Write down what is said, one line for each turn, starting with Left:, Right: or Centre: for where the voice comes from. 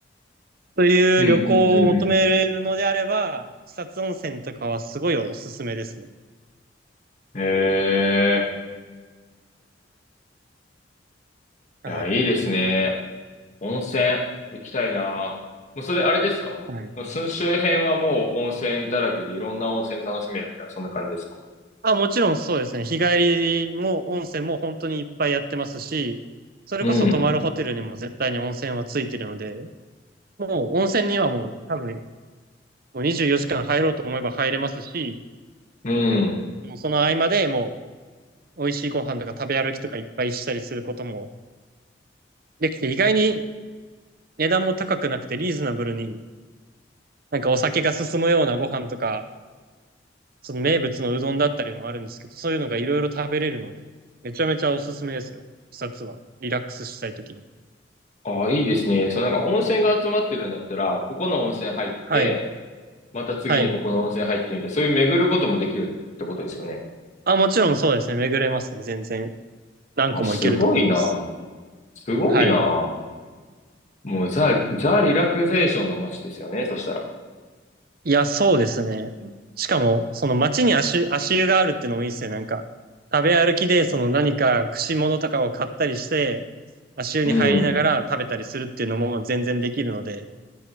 Right: そういう旅行を求めれるのであれば、
Left: うん、うん、うん、うん。
Right: 草津温泉とかはすごいおすすめですね。
Left: へえ。
Right: はい。
Left: いや、いいですね。温泉行きたいな。もうそれあれですかその周辺はもう温泉だらけでいろんな温泉楽しめるみたいな、
Right: はい。
Left: そんな感じですか
Right: あ、もちろんそうですね。日帰りも温泉も本当にいっぱいやってますし、それこそ泊まるホテルにも絶対に温泉はついてるので、
Left: うん。
Right: もう温泉にはもう多分もう24時間入ろうと思えば入れますし、
Left: うん。
Right: もうその合間でもう美味しいご飯とか食べ歩きとかいっぱいしたりすることもできて、意外に値段も高くなくてリーズナブルに、なんかお酒が進むようなご飯とか、その名物のうどんだったりもあるんですけど、そういうのがいろいろ食べれるので、めちゃめちゃおすすめですよ。視察は。リラックスしたいときに。
Left: ああ、いいですね。そのなんか温泉が集まってるんだったら、ここの温泉入って、
Right: はい。
Left: また次にここの温泉入ってみたいな、
Right: はい。
Left: そういう巡ることもできるってことですよね。
Right: あ、もちろんそうですね。巡れますね。全然。何個もいけると思います。
Left: あ、すごいな。すごいな。
Right: はい。
Left: もうザ、ザ・リラクゼーションの街ですよね、そしたら。
Right: いや、そうですね。しかも、その街に足、足湯があるってのもいいですね。なんか、食べ歩きで、その何か串物とかを買ったりして、足湯に入りながら食べたりするっていうのも全然できるので、
Left: うん。